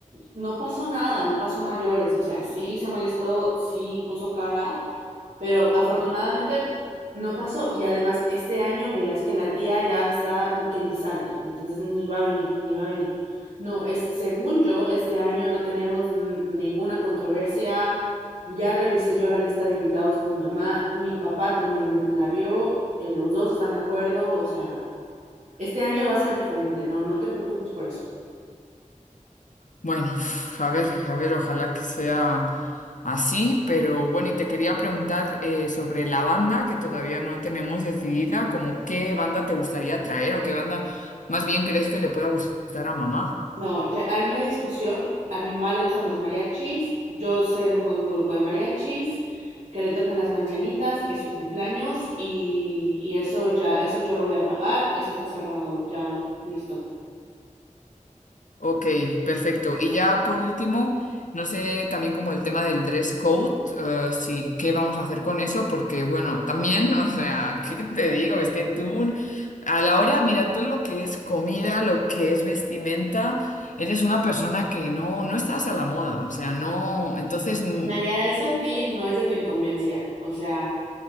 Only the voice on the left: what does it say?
Bueno, a ver, a ver, ojalá que sea así, pero bueno, y te quería preguntar eh, sobre la banda que todavía no tenemos decidida, como qué banda te gustaría traer o qué banda más bien crees que le pueda gustar a mamá.
Ok, perfecto. Y ya por último, no sé también como el tema del dress code, eh, si qué vamos a hacer con eso, porque bueno, también, <laughs> o sea, ¿qué te digo? Es que tú, a la hora, mira, tú lo que es comida, lo que es vestimenta, eres una persona que no, no estás a la moda, o sea, no, entonces, mm,